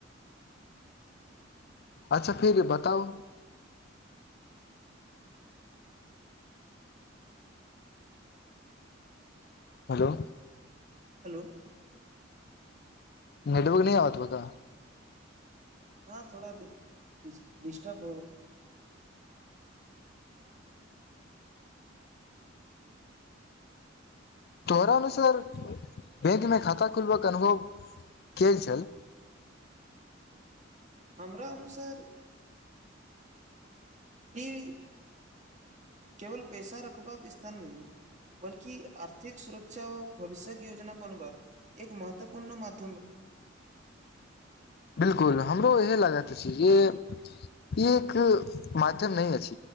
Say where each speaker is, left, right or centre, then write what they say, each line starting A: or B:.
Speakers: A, on the left; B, on the right.
A: अच्छा फिर बताउ हेलो
B: हेलो
A: नेटवर्क नहि आत बका
B: हँ थोड़ािडिस्टर्ब हो
A: तोहरानुसर बैंकमे खाता खोलबयके अनुभव क छल <inaudible>
B: हमरा अनुसार ई केवल पैसा रखबाक स्थान नहि बल्कि आर्थिक सुरक्षा व भविष्यक योजना बनबाक एक महत्वपूर्ण मध्य
A: बिलकुल हमरो इहे लागत जे ई एक माध्यम नहि अस